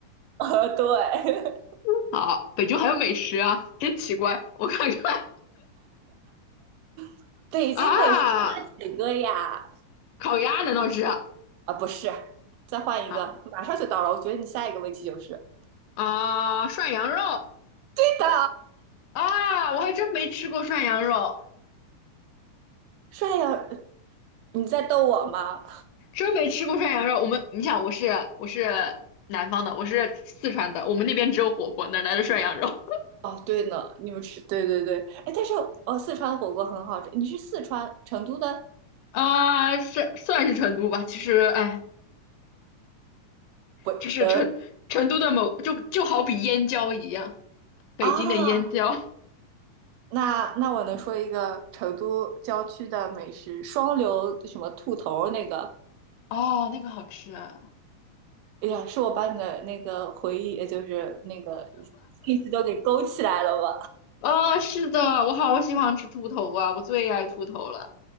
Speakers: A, on the right; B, on the left.
A: <laughs> 呃，对，
B: <laughs> 好，北京还有美食啊，真奇怪，我看看，
A: <laughs> 北京美食就那几个呀，
B: <laughs> 啊，烤鸭难道是？
A: 啊，不是，再换一个，
B: 好，
A: 马上就到了。我觉得你下一个问题就是
B: 啊，涮羊肉
A: 对的，
B: 啊，我还真没吃过涮羊肉，
A: 帅呀！你在逗我吗？
B: 真没吃过涮羊肉。我们，你想，我是我是南方的，我是四川的，我们那边只有火锅，哪来的涮羊肉
A: 哦，对呢，你们吃，对对对，哎，但是哦，四川火锅很好吃。你是四川成都的？
B: <laughs> 啊？是算是成都吧，其实哎，
A: 不，
B: 就是成成都的某就就好比燕郊一样，
A: 呃
B: 北京的燕郊。
A: 啊，那那我能说一个成都郊区的美食，双流什么兔头那个？
B: 哦，那个好吃啊！
A: 哎呀，是我把你的那个回忆，也就是那个信息都给勾起来了吧？
B: 哦是的，我好喜欢吃兔头啊，我最爱兔头了。